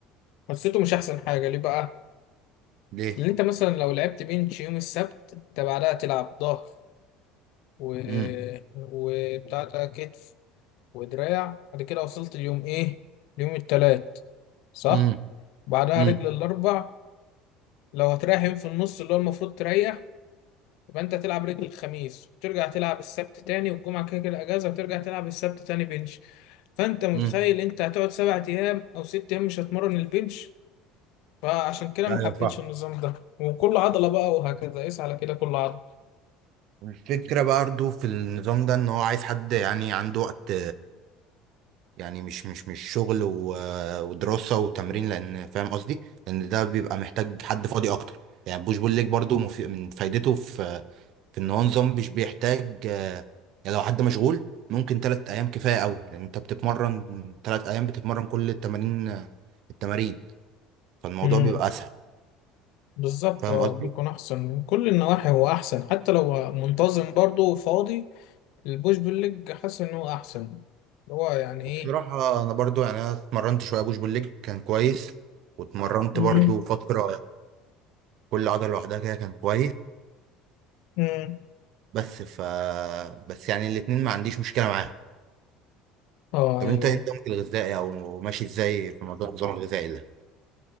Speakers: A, on the left; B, on the right.
A: حسيته مش احسن حاجه ليه بقى
B: ليه؟
A: اللي انت مثلا لو لعبت بنش يوم السبت انت بعدها تلعب ظهر و
B: امم
A: وبتاع ده كتف ودراع بعد كده وصلت اليوم ايه اليوم التلات صح
B: امم
A: بعدها
B: امم
A: رجل الاربع لو هتريح يوم في النص اللي هو المفروض تريح يبقى انت تلعب رجل الخميس وترجع تلعب السبت تاني والجمعة كده كده اجازة وترجع تلعب السبت تاني بنش فانت متخيل
B: امم
A: انت هتقعد سبع ايام او ست ايام مش هتمرن البنش فعشان كده
B: ايوه
A: ما حبيتش
B: فاهم.
A: النظام ده وكل عضلة بقى وهكذا قيس على كده كل عضلة
B: الفكرة برضه في النظام ده ان هو عايز حد يعني عنده وقت يعني مش مش مش شغل و- ودراسة وتمرين لان فاهم قصدي ان ده بيبقى محتاج حد فاضي اكتر يعني بوش بول ليج برضه مفي- من فايدته في في ان هو نظام مش بيحتاج آه، يعني لو حد مشغول ممكن تلات ايام كفاية قوي لان انت بتتمرن تلات ايام بتتمرن كل التمارين التمارين فالموضوع
A: امم
B: بيبقى اسهل
A: بالظبط
B: فاهم
A: اه
B: قصدي؟
A: بيكون احسن من كل النواحي هو احسن حتى لو منتظم برضه وفاضي البوش بالليج حاسس ان هو احسن هو يعني ايه
B: بصراحة أنا برضو يعني أنا اتمرنت شوية بوش بول ليج كان كويس واتمرنت
A: امم
B: برضو فترة كل عضلة لوحدها كده كان كويس
A: امم
B: بس ف بس يعني الاتنين ما عنديش مشكلة معاهم
A: اه
B: طب
A: ايوه
B: أنت إيه نظامك الغذائي أو ماشي إزاي في موضوع النظام الغذائي ده؟